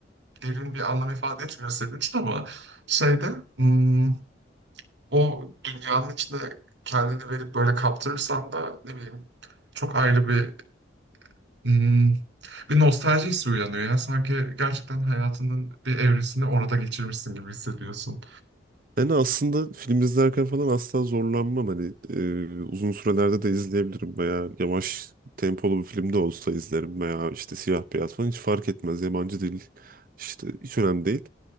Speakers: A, on the right; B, on the right.
A: derin bir anlam ifade etmiyor senin için ama şeyde... hmm, o dünyanın içinde kendini verip böyle kaptırırsan da ne bileyim çok ayrı bir hmm, bir nostalji hissi uyanıyor ya. Sanki gerçekten hayatının bir evresini orada geçirmişsin gibi hissediyorsun.
B: Yani aslında film izlerken falan asla zorlanmam hani e, uzun sürelerde de izleyebilirim veya yavaş tempolu bir filmde olsa izlerim veya işte siyah beyaz falan hiç fark etmez yabancı değil işte hiç önemli değil.